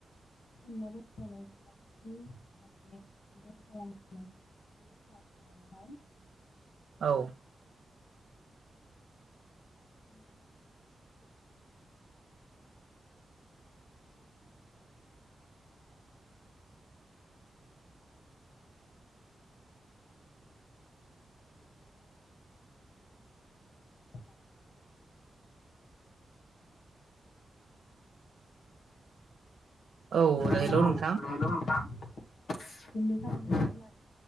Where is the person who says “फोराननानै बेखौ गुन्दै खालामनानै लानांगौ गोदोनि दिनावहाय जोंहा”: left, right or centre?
Left